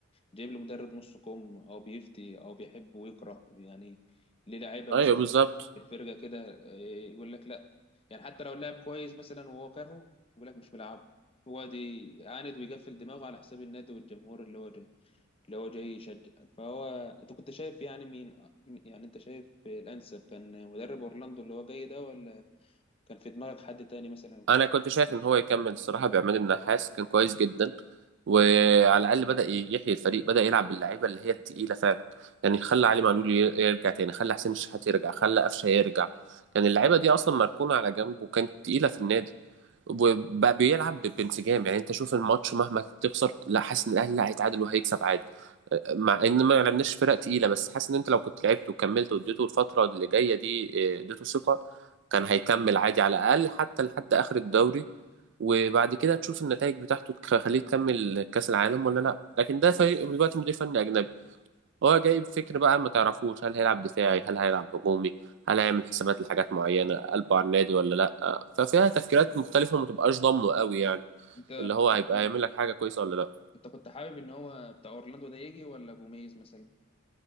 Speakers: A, on the left; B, on the right.
A: جايب لي مدرب نص كم او بيفتي او بيحب ويكره يعني ليه لعيبه
B: ايوه
A: مثلا
B: بالظبط
A: في الفرقه كده إيه، يقول لك لا يعني حتى لو اللاعب كويس مثلا وهو كارهه يقول لك مش ملعبه هو دي عاند ويقفل دماغه على حساب النادي والجمهور اللي هو جاي اللي هو جاي يشجع فهو انت كنت شايف يعني مين يعني انت شايف الانسب كان مدرب اورلاندو اللي هو جاي ده ولا كان في دماغك حد تاني مثلا كنت
B: انا
A: شايف
B: كنت شايف
A: إن هو-
B: ان هو يكمل الصراحه بعماد النحاس كان كويس جدا وعلى الاقل بدا يحيي الفريق بدا يلعب باللعيبه اللي هي التقيله فعلا يعني خلى علي معلول ي- يرجع تاني خلى حسين الشحات يرجع خلى قفشه يرجع كان اللعيبه دي اصلا مركونه على جنب وكانت تقيله في النادي وبقى بيلعب بانسجام يعني انت شوف الماتش مهما تخسر لا حاسس ان الاهلي لا هيتعادل وهيكسب عادي مع ان ما لعبناش فرق تقيله بس حاسس ان انت لو كنت لعبت وكملت واديته الفتره اللي جايه دي اه، اديته ثقه كان هيكمل عادي على الأقل حتى لحد آخر الدوري وبعد كده تشوف النتائج بتاعته تخليه تكمل كأس العالم ولا لا لكن ده فريق دلوقتي مدير فني أجنبي هو جايب فكر بقى ما تعرفوش هل هيلعب دفاعي هل هيلعب هجومي هل هيعمل حسابات لحاجات معينة قلبه على النادي ولا لا ففيها تفكيرات مختلفة ما تبقاش ضامنه قوي يعني
A: انت
B: اللي هو هيبقى هيعمل لك حاجة كويسة ولا لا
A: انت كنت حابب ان هو بتاع اورلاندو ده يجي ولا جوميز مثلا